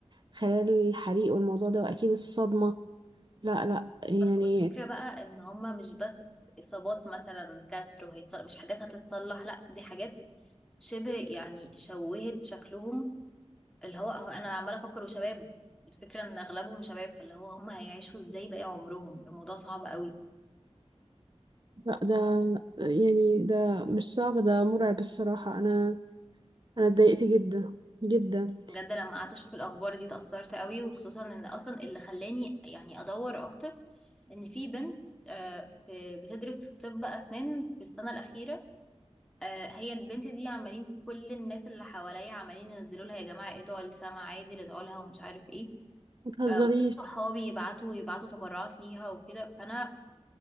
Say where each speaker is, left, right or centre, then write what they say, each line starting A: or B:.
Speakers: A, on the right; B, in the centre.
A: خلال الحريق والموضوع ده وأكيد الصدمة لا لا يعني
B: والفكرة بقى ان هما مش بس اصابات مثلا كسر وهيتصلح مش حاجات هتتصلح لا دي حاجات شبه يعني شوهت شكلهم اللي هو هو انا عمالة افكر وشباب الفكرة ان اغلبهم شباب فاللي هو هما هيعيشوا ازاي باقي عمرهم الموضوع صعب قوي
A: لا ده يعني ده مش صعب ده مرعب الصراحة أنا أنا اتضايقت جدا جدا
B: بجد لما قعدت اشوف الاخبار دي اتأثرت قوي وخصوصا ان اصلا اللي خلاني يعني ادور اكتر ان في بنت آه، في- بتدرس في طب اسنان في السنة الاخيرة آه، هي البنت دي عمالين كل الناس اللي حواليا عمالين ينزلوا لها يا جماعه ادعوا لسما عادل ادعوا لها ومش عارف ايه
A: متهزريش
B: آه، وناس صحابي يبعتوا يبعتوا تبرعات ليها وكده فانا